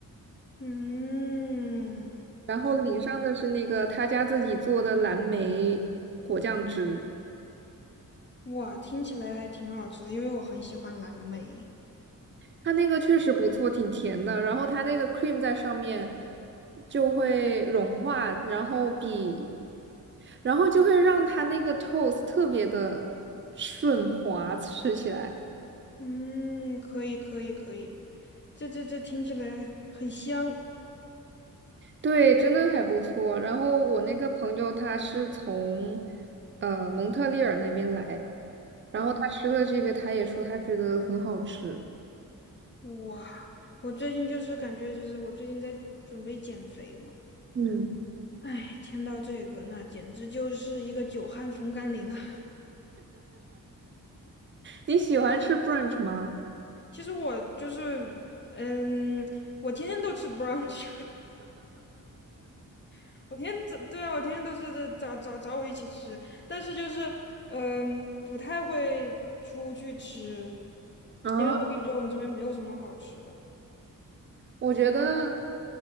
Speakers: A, on the left; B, on the right.
A: 嗯，
B: 然后淋上的是那个他家自己做的蓝莓果酱汁，
A: 哇，听起来还挺好吃的，因为我很喜欢蓝莓。
B: 它那个确实不错，挺甜的，然后它那个 cream 在上面就会融化，然后比，然后就会让它那个 toast 特别的顺滑，吃起来。
A: 嗯，可以，可以，可以，这这这听起来很香。
B: 对，真的还不错。然后我那个朋友他是从呃蒙特利尔那边来，然后他吃了这个，
A: 嗯，
B: 他也说他觉得很好吃。
A: 哇，我最近就是感觉就是我最近在准备减肥嘛。
B: 嗯，
A: 哎，听到这个，那简直就是一个久旱逢甘霖啊！
B: 你喜欢吃 brunch 吗？
A: 其实我就是，嗯，我天天都吃 brunch，<laughs> 我天天早，对啊，我天天都是这找找找我一起吃，但是就是，嗯，不太会出去吃，
B: 啊，
A: 因为我感觉我们这边没有什么好吃的。
B: 我觉得，